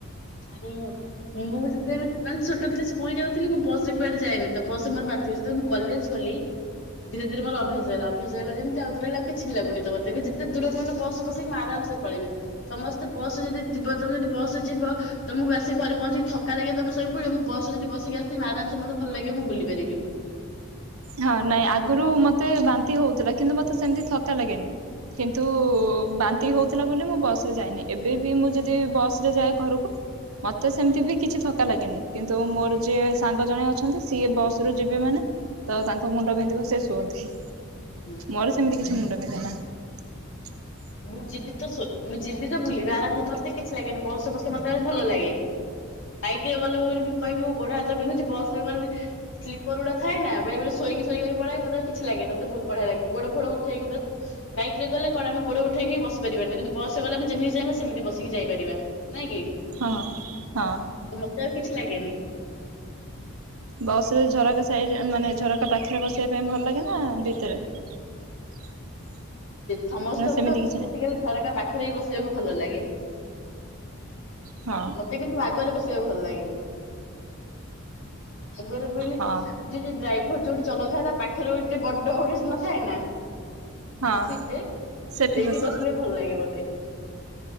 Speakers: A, on the left (about 60°); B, on the right (about 85°).
A: ହୁଁ। ମୁଁ ଯେତେବେଳେ ମାନେ ଛୋଟ ଥିଲି ସ୍କୁଲ ଯାଉଥିଲି ମୁଁ ବସ ରେ କୁଆଡେ ଯାଏନି ତ ବସ ମୋର ବାନ୍ତି ଯେତେବେଳେ ମୁଁ କଲେଜ ଗଲି ଧିରେ ଧିରେ ମୋର ଅଭ୍ୟାସ ହେଲା ଅଭ୍ୟାସ ହେଲା ଯେମିତି ଆଉ ଟୋଟାଲ କିଛି ବି ଲାଗୁନି ତ ମତେ ବି ଯେତେ ଦୂରକୁ ମାନେ ବସ୍ ରେ ବିସକି ମୁଁ ଆରାମସେ ପଳେଇବି ସମସ୍ତେ ବସ ରେ ଯଦି ଯିବ ତମେ ଯଦି ବସରେ ଯିବ ତମକୁ ଆସି ଘରେ ପହଁଚିକି ଥକା ଲାଗିବ ତମେ ସୋଇପଡିବ ମୁଁ ବସରେ ଯଦି ବସି ଆସିଥିମି ଆରାମସେ ମତେ ଭଲ ଲାଗିବ ମୁଁ ବୁଲି ପାରିବି।
B: ହଁ ନାଇଁ ଆଗରୁ ମତେ ବାନ୍ତି ହଉଥିଲା କିନ୍ତୁ ମତେ ସେମିତି ଥକା ଲାଗେନି। କିନ୍ତୁ ବାନ୍ତି ହଉଥିଲା ବୋଲି ମୁଁ ବସ ରେ ଯାଏନି। ଏବେ ବି ମୁଁ ଯଦି ବସ ରେ ଯାଏ ଘରକୁ ମତେ ସେମିତି ବି କିଛି ଥକା ଲାଗେନି କିନ୍ତୁ ମୋର ଯିଏ ସାଙ୍ଗ ଜଣେ ଅଛନ୍ତି ସିଏ ବସ ରୁ ଯିବେ ମାନେ ତ ତାଙ୍କ ମୁଣ୍ଡ ପିନ୍ଧିବ ସେ ଶୁଅନ୍ତି
A: ହୁଁ
B: ମୋର ସେମିତି କିଛି ମୁଣ୍ଡ ବିନ୍ଧେ ନା। <inaudible>
A: ମୁଁ ଯିବି ତ ଶୋ ମୁଁ ଯିବି ତ ବୁଲିବି ଆରାମସେ ମତେ କିଛି ଲାଗେନି ବସ ରେ ବସିଲେ ମତେ ଭଲ ଲାଗେ। ବାଇକରେ ଗଲେ ବୋଲି ମୁଁ କହିବି ମୋ ଗୋଡ ହାତ ବିନ୍ଧୁଛି ବସରେେ ଗଲେ ସ୍ଲିପର ଗୁଡାର ଥାଏ ନା ବେଳେ ବଳେ ଶୋଇ ଶୋଇକି ପଳାଏ ମତେ କିଛି ଲାଗନି ମୋତେ ବହୁତ ବଢିଆ ଲାଗେ ଗୋଡ ପୋଡ ଉଠେଇକି ପୁ ବାଇକରେ ଗଲେ କଣ ଆମେ ଗୋଡ ଉଠେଇକି ବସି ପାରିବାନି କିନ୍ତୁ ବସରେ ଗଲେ ଆମେ ଯେମିତି ଚାହିଁବା ସେମିତି ବସିକି ଯାଇପାରିବା। ନାଇଁ କି?
B: ହଁ ହଁ।
A: ତ ମତେ ଆଉ କିଛି ଲାଗେନି।
B: ବସ ରେ ଝରକା ସାଇଡ ମାନେ ଝରକା ପାଖରେ ବସିବା ପାଇଁ ଭଲ ଲାଗେ ନା ଭିତରେ <inaudible>
A: ସମସ୍ତଙ୍କୁ
B: ନା ସେମିତି
A: ତ
B: କିଛି
A: ବେଶିକାଲି
B: ନାହିଁ
A: ଝରକା ପାଖରେ ହିଁ ବସିବାକୁ ଭଲ ଲାଗେ।
B: ହଁ।
A: ଟିକେ କିନ୍ତୁ ଆଗରେ ବସିବାକୁ ଭଲ ଲାଗେ, ଆଗରେ ବଇଲେ
B: ହଁ
A: ଯୋଉ ଯୋଉ ଡ୍ରାଇଭର ଯୋଉଠି ଚଲଉଥାଏ ତା ପାଖରେ ଗୋଟେ ବଡ ଗୋଟେ ନଥାଏ ନା
B: ହଁ
A: ସିଟଟେ
B: ସେଠି
A: ସେଇଠି
B: ବସ
A: ବସିଲେ ଭଲ ଲାଗେ ମତେ।